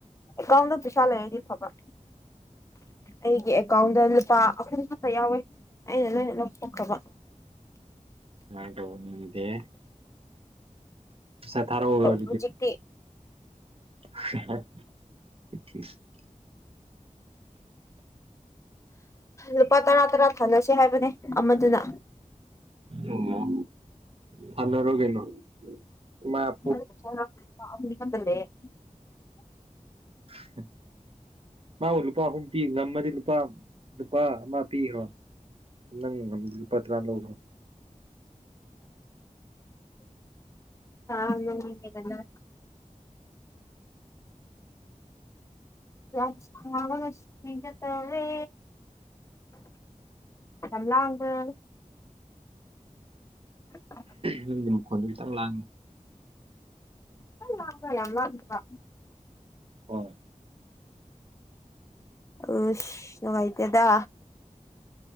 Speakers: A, on the left; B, on the right.
A: ꯑꯦꯀꯥꯎꯟꯗ ꯄꯩꯁꯥ ꯂꯩꯔꯗꯤ ꯐꯕ ꯑꯩꯒꯤ ꯑꯦꯀꯥꯎꯟꯗ ꯂꯨꯄꯥ ꯑꯍꯨꯝ ꯈꯠꯇ ꯌꯥꯎꯋꯦ ꯑꯩꯅ ꯂꯣꯏꯅ ꯂꯧꯊꯣꯛꯈ꯭ꯔꯕ
B: ꯃꯥꯏ ꯗꯧꯅꯤꯡꯗꯦ ꯄꯤꯁꯥ ꯊꯥꯔꯎꯔꯣꯠ
A: ꯍꯨꯖꯤꯛꯇꯤ
B: <unintelligible>
A: ꯂꯨꯄꯥ ꯇꯔꯥ ꯇꯔꯥ ꯊꯥꯅꯁꯦ ꯍꯥꯏꯕꯅꯦ ꯑꯃꯗꯨꯅ
B: ꯑꯣ ꯊꯥꯅꯔꯣ ꯀꯩꯅꯣ ꯏꯃꯥꯠ
A: <unintelligible>
B: <unintelligible> ꯃꯥꯕꯨ ꯂꯨꯄꯥ ꯑꯍꯨꯝ ꯄꯤ ꯉꯝꯃꯗꯤ ꯂꯨꯄꯥ ꯂꯨꯄꯥ ꯑꯃ ꯄꯤꯔꯣ ꯅꯪꯅ ꯉꯝꯗꯤ ꯂꯨꯄꯥ ꯇ꯭ꯔꯥ ꯂꯧꯔꯣ
A: ꯑꯪ ꯅꯣꯛꯅꯤꯡꯉꯦꯗꯅ ꯌꯥꯝ ꯁꯥꯕꯅ ꯁꯤꯒꯦ ꯇꯧꯔꯦ ꯌꯥꯝ ꯂꯥꯡꯕ꯭ꯔꯣ <unintelligible>
B: ꯅꯪꯒꯤ ꯃꯈꯣꯟꯗꯨ ꯈꯤꯇꯪ ꯂꯥꯡꯉꯤ
A: ꯇꯪ ꯂꯥꯡꯕ ꯭ꯔꯥ ꯌꯥꯝ ꯂꯥꯡꯗꯕ꯭ꯔꯥ
B: ꯍꯣꯏ
A: ꯎꯁ ꯅꯨꯉꯥꯏꯇꯦꯗ